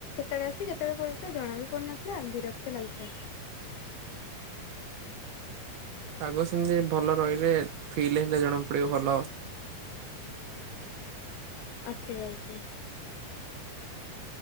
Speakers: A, on the left (about 75°); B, on the right (about 75°).
A: କେତେବେଳେ ଆସି କେତେବେଳେ ପଡ଼ୁଥିଲା ଜଣା ବି ପୁନଥିଲା ବିରକ୍ତ ଲାଗୁଥିଲା।
B: ପାଗ ସେମିତି ଭଲ ରହିଲେ ଫିଲ୍ ହେଲେ ଜଣା ପଡ଼ିବ ଭଲ।
A: ଆଛା ଆଜ୍ଞା।